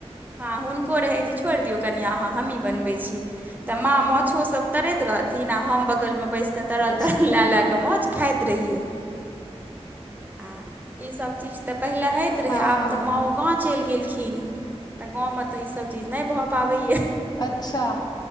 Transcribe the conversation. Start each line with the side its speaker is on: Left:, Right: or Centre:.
Right: हँ हुनको रहै जे छोड़ि दियौ कनिया अहाँ हमहीँ बनबैत छी तऽ माँ माछोसभ तरैत रहथिन आ हम बगलम बइस क तरल
Left: छै
Right: तरल लए लए क माछ खाइत रहिये आ ईसभ चीज तऽ पहिले हैइत रहै
Left: हँ
Right: आब तऽ माँओ गाँव चलि गेलखिन। तऽ गाँवमे तऽ ईसभ चीज नहि भऽ पाबैया।
Left: अच्छा।